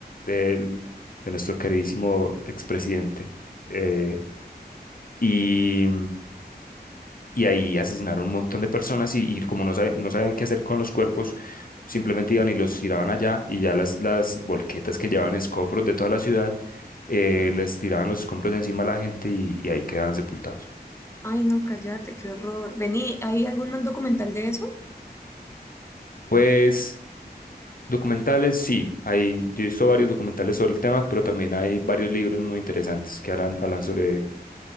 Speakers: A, on the left; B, on the left.
A: del- de nuestro queridísimo expresidente. eh, y, y ahí asesinaron un montón de personas y, y como no sabían, no sabían qué hacer con los cuerpos, simplemente iban y los tiraban allá y ya las, las volquetas que llevaban escombros de toda la ciudad, eh, les tiraban los escombros de encima a la gente y y ahí quedaban sepultados.
B: Ay, no, cállate, qué horror. Vení, ¿hay algún documental de eso?
A: Pues Documentales, sí, hay, yo he visto varios documentales sobre el tema, pero también hay varios libros muy interesantes que hablan, hablan sobre,